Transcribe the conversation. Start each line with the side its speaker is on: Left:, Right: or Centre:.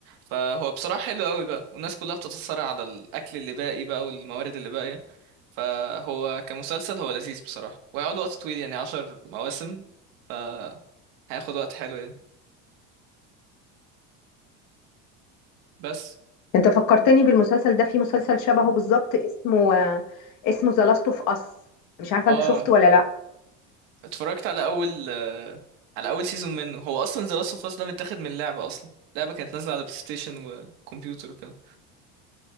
Right: فهو بصراحة حلو قوي بقى والناس كلها بتتصارع على الأكل اللي باقي بقى والموارد اللي باقية فهو كمسلسل هو لذيذ بصراحة وهيقعد وقت طويل يعني عشر مواسم فهياخد وقت حلو يعني بس
Left: انت فكرتني بالمسلسل ده في مسلسل شبهه بالظبط اسمه آه، اسمه ذا لاست اوف اس مش عارفه
Right: اه
Left: انت شفته ولا لا
Right: اتفرجت على اول آه، على اول سيزون منه هو اصلا ذا لاست اوف اس ده متاخد من لعبه اصلا لعبه كانت نازله على بلاي ستيشن وكمبيوتر وكده